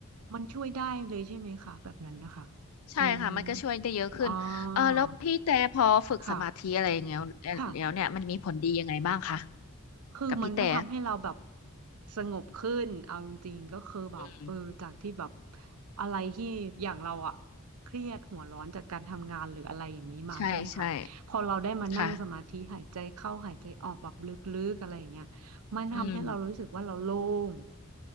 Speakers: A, on the right; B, on the left.
A: มันช่วยได้เลยใช่ไหมคะแบบนั้นนะคะ
B: ใช่ค่ะมันก็ช่วยได้เยอะขึ้นเออแล้วพี่แต่พอฝึกสมาธิอะไรอย่างเงี้ยแล้วเนี่ยมันมีผลดียังไงบ้างคะ
A: อืมอ่าค่ะค่ะคือมันก็ทำให้เราแบบ
B: กับพี่แต่
A: สงบขึ้นเอาจริงๆก็คือแบบเออจากที่แบบ
B: อืม
A: อะไรที่อย่างเราอะเครียดหัวร้อนจากการทำงานหรืออะไรอย่างนี้มาใช่ไหมคะพอเราได้มานั่งสมาธิหายใจเข้าหายใจออกแบบลึกๆอะไรอย่างเงี้ย
B: ใช่ใช่ค่ะ
A: มันทำให้เรารู้สึกว่าเราโล่ง
B: อืม